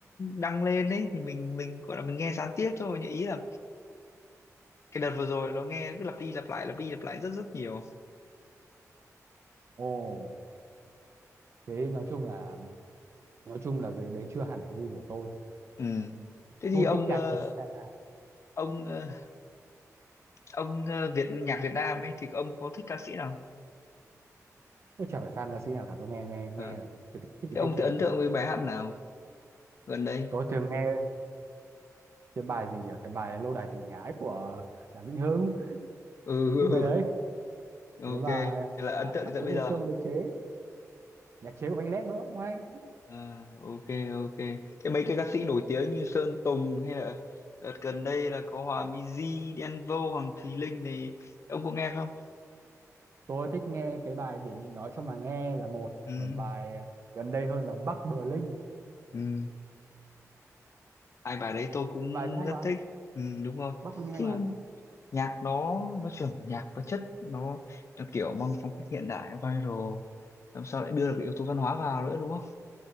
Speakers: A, on the left; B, on the right.
A: đăng lên đấy thì mình mình gọi là mình nghe gián tiếp thôi nhưng ý là cái đợt vừa rồi nó nghe cứ lặp đi lặp lại lặp đi lặp lại rất rất nhiều
B: Ồ, thế nói chung là nói chung là cái đấy chưa hẳn là gu của tôi.
A: ừ. Thế thì
B: Tôi
A: ông
B: thích Kajusa.
A: ờ, ông ờ, ông ờ, Việt nhạc Việt Nam ấy thì ông có thích ca sĩ nào?
B: Tôi chả phải fan ca sĩ nào cả, tôi nghe nghe nghe
A: Ờ.
B: là cứ thích thích
A: Thế
B: thì thích
A: ông
B: thôi.
A: tự ấn tượng với bài hát nào gần đây?
B: Tôi thường nghe cái bài gì nhỉ? Cái bài Lâu đài tình ái của Đàm Vĩnh Hưng.
A: Ừ,
B: Tôi thích
A: ừ,
B: bài đấy.
A: ừ. <laughs>
B: Cái
A: ok.
B: bài
A: Thế là
B: à,
A: ấn tượng
B: bài
A: đến tận
B: đấy
A: bây
B: ngày
A: giờ.
B: xưa mà được chế, nhạc chế của Văn Lét nữa, không hay.
A: À, ok ok. Thế mấy cái ca sĩ nổi tiếng như Sơn Tùng hay là đợt gần đây là có Hòa Minzy, Đen Vâu, Hoàng Thùy Linh này, ông có nghe không?
B: Tôi thích nghe cái bài để mình nói cho mà nghe là một
A: Ừ,
B: và bài gần đây hơn là Bắc Bling.
A: ừ. Hai bài đấy tôi cũng
B: Bài đấy hay
A: rất
B: mà.
A: thích. Ừ, đúng rồi.
B: Bắc Ninh hay
A: Thế
B: mà.
A: nhạc nó nó trưởng nhạc nó chất nó nó kiểu mang phong cách hiện đại viral làm sao lại đưa được cái yếu tố văn hóa vào nữa đúng không?